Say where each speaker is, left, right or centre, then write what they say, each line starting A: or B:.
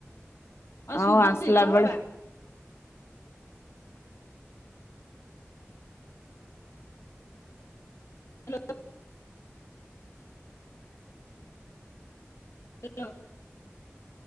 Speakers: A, on the left (about 80°); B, on the left (about 60°).
A: ହଁ
B: ଆଉ
A: ଶୁଭୁଛି
B: ଆସିଲା
A: କହବା।
B: ବେଳେ
A: <unintelligible> <unintelligible>